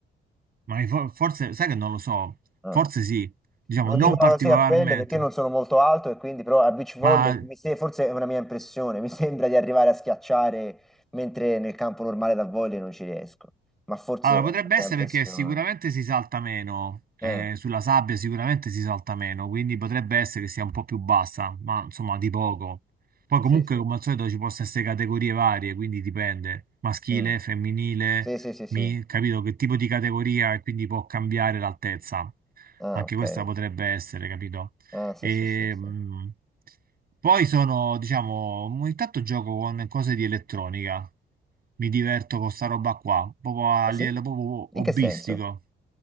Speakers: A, on the right (about 50°); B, in the centre.
A: ma i fo- forse, sai che non lo so,
B: Ah.
A: forse sì, diciamo,
B: Lo
A: non
B: dico così
A: particolarmente.
B: a pelle perché io non sono molto alto e quindi però a beach
A: Ma
B: volley mi se- forse è una mia impressione, mi <laughs> sembra di arrivare a schiacciare mentre nel campo normale da volley non ci riesco, ma forse
A: Allora, potrebbe
B: è una mia
A: essere
B: impressione.
A: perché sicuramente si salta meno, eh,
B: Ah,
A: sulla sabbia sicuramente si salta meno, quindi potrebbe essere che sia un po' più bassa, ma insomma di poco. Poi comunque
B: sì, sì.
A: come al solito ci possono essere categorie varie, quindi dipende, maschile,
B: Mm.
A: femminile,
B: Sì, sì, sì, sì.
A: mi- capito che tipo di categoria e quindi può cambiare l'altezza.
B: Ah,
A: Anche
B: ok.
A: questa potrebbe essere, capito?
B: Ah, sì,
A: E,
B: sì, sì, sì.
A: mh, poi sono, diciamo, ogni tanto gioco con cose di elettronica. Mi diverto con sta roba qua, proprio a
B: Ah, sì?
A: livello proprio
B: In
A: hobbistico.
B: che senso?